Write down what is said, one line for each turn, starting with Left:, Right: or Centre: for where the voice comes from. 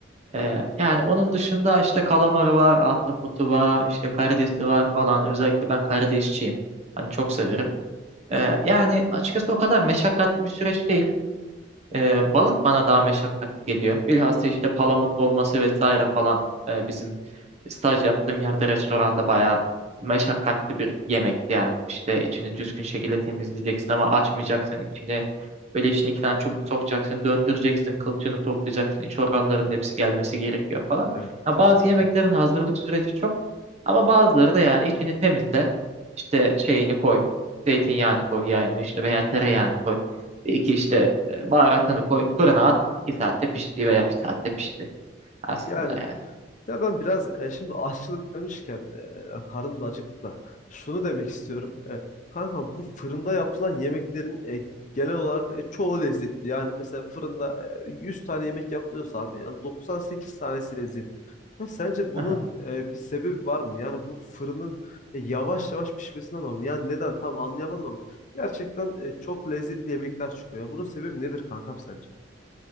Right: Ee, yani onun dışında işte kalamarı var, ahtapotu var, işte karidesi var falan. Özellikle ben karidesçiyim. Hani çok severim. Ee, yani açıkçası o kadar meşakkatli bir süreç değil. Ee, balık bana daha meşakkatli geliyor. Bilhassa işte palamutlu olması vesaire falan e, bizim staj yaptığım yerde restoranda bayağı meşakkatli bir yemekti. Yani işte içini düzgün şekilde temizleyeceksin ama açmayacaksın içini. Böyle içine iki tane çubuk sokacaksın, döndüreceksin, kılçığını toplayacaksın, iç organların hepsi gelmesi gerekiyor falan.
Left: Evet
Right: Ya
Left: kesinlikle.
Right: bazı yemeklerin hazırlık süreci çok ama bazıları da yani içini temizle, işte şeyini koy, zeytinyağını koy yağını işte veya tereyağını koy. İki
Left: Kesinlikle.
Right: işte e, Baharatını koy, fırına at. iki saatte pişti veya bir saatte pişti aslında
Left: Yani
Right: yani.
Left: ya ben biraz e, şimdi aşçılık demişken e, e, karnım da acıktı da şunu demek istiyorum. E, kankam bu fırında yapılan yemeklerin e, genel olarak e, çoğu lezzetli. Yani mesela fırında e, 100 tane yemek yapılıyorsa abi yani 98 tanesi lezzetli. Ya sence bunun
Right: Aha.
Left: e, bir sebebi var mı? Yani bu fırının e, yavaş yavaş pişmesinden dolayı mı? Yani neden tam anlayamadım ama gerçekten e, çok lezzetli yemekler çıkıyor. Ya bunun sebebi nedir kankam sence?